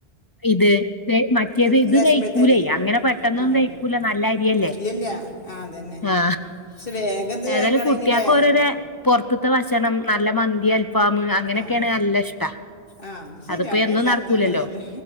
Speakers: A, on the left; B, on the left.
A: ഇത് തെ മറ്റേത്
B: ഉം
A: ഇത്
B: റേഷൻപീട്ത്തെ
A: തയ്ക്കൂലേ
B: അരി
A: അങ്ങനെ പെട്ടെന്നൊന്നും
B: ആഹ്
A: തയ്ക്കൂല നല്ല അരിയ
B: ഇല്ല്യല്ല ആഹ് അതന്നെ
A: ആ
B: പക്ഷെ വേഗം ഇത്
A: ഏായാലും
B: വേകാണയ്നിലേ
A: കുട്ടിൾക്ക് ഓരോരോ പുറത്തെ ഭക്ഷണം നല്ല മന്തി അൽഫാമ് അങ്ങനെയൊക്കെയാണ്
B: ആഹ്
A: നല്ല ഇഷ്ട
B: ആഹ് അത് ശരിയാണ്
A: അതിപ്പോ
B: അത്
A: എന്നും
B: എല്ലായിടത്തും
A: നടക്കൂലല്ലോ
B: അങ്ങനെ തന്നെ